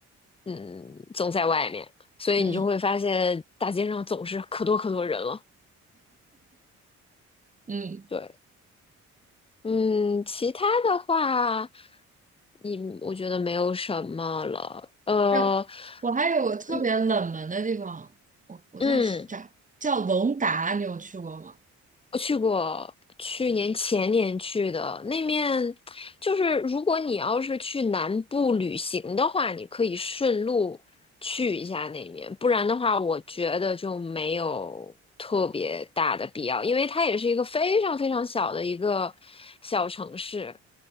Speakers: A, on the left; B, on the right.
A: 嗯总在外面，所以你就会发现大街上总是可多可多人了。
B: 嗯嗯，
A: 对，嗯，其他的话，你我觉得没有什么了。呃，
B: 哎，我还有个特别冷门的地方，
A: 嗯
B: 我我在找，
A: 嗯，
B: 叫龙达，你有去过吗？
A: 我去过，去年前年去的那面，就是如果你要是去南部旅行的话，你可以顺路去一下那面，不然的话，我觉得就没有特别大的必要，因为它也是一个非常非常小的一个小城市，